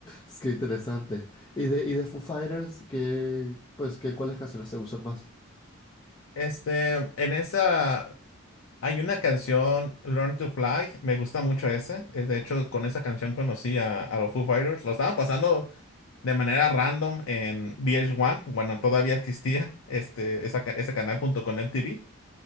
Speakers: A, on the left; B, on the left.
A: es que interesante. Y de, y de Foo Fighters, que, pues, que, ¿cuáles canciones te gustan más?
B: este, en esa Hay una canción, Learn to Fly, me gusta mucho ese. Eh, De hecho, con esa canción conocí a, a los Foo Fighters. Lo estaban pasando de manera random en VH1, bueno, todavía existía este, esa ca- ese canal junto con MTV,